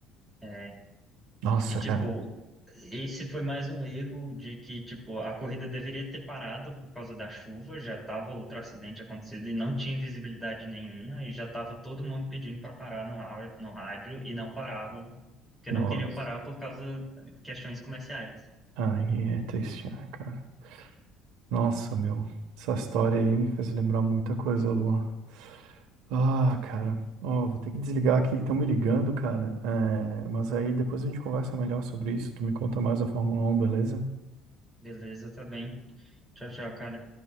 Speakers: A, in the centre; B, on the right.
A: é.
B: Nossa,
A: E, tipo,
B: cara.
A: esse foi mais um erro de que, tipo, a corrida deveria ter parado por causa da chuva, já tava outro acidente acontecendo e não tinha visibilidade nenhuma, e já tava todo mundo pedindo para parar no, ra- no rádio e não paravam, porque
B: Nossa,
A: não queriam parar por causa de questões comerciais.
B: aí é triste, né, cara? Nossa, meu, essa história aí me fez lembrar muita coisa, Luan. Ah, cara, ó, vou ter que desligar aqui que estão me ligando, cara. É, mas aí depois a gente conversa melhor sobre isso. Tu me conta mais da Fórmula Um, beleza?
A: Beleza, tá bem. Tchau, tchau, cara.